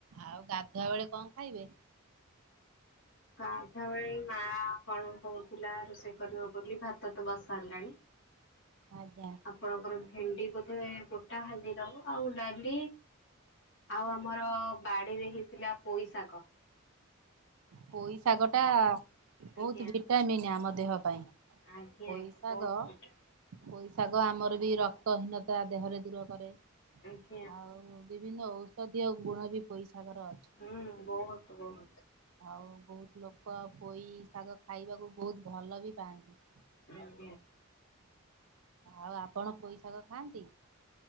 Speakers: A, on the right; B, on the left.
A: ଆଉ ଗାଧୁଆ ବେଳେ କଣ ଖାଇବେ?
B: ଗାଧାବେଳେ ମା କଣ କହୁଥିଲା ରୋଷେଇ କରିବ ବୋଲି ଭାତ ତ ବସାରିଲାଣି।
A: ଆଜ୍ଞା।
B: ଆପଣଙ୍କର ଭେଣ୍ଡି ବୋଧେ ଗୋଟା ଭାଜି ଦବ ଆଉ ଡାଲି ଆଉ ଆମର ବାଡିରେ ହେଇଥିଲା ପୋଇ ଶାଗ।
A: ପୋଇ ଶାଗ ଟା ବହୁତ
B: ଆଜ୍ଞା
A: ଭିଟାମିନ ଆମ ଦେହ ପାଇଁ।
B: ଆଜ୍ଞା
A: ପୋଇ
B: ଆଜ୍ଞା
A: ଶାଗ।
B: ବହୁତ ବଢିଆ
A: ପୋଇଶାଗ ଆମର ବି ରକ୍ତହୀନତା ଦେହରେ ଦୂର କରେ।
B: ଆଜ୍ଞା
A: ଆଉ ବିଭିନ୍ନ ଔଷଧୀୟ ଗୁଣ ବି ପଇସାଗର ଅଛି।
B: ହୁଁ ବହୁତ ବହୁ।
A: ଆଉ ବହୁତ ଲୋକ ପୋଇ ଶାଗ ଖାଇବାକୁ ବହୁତ ଭଲ ବି ପାଆନ୍ତି।
B: ହୁଁ ହୁଁ <inaudible>
A: ଆଉ ଆପଣ ପୋଇଶାଗ ଖାଆନ୍ତି?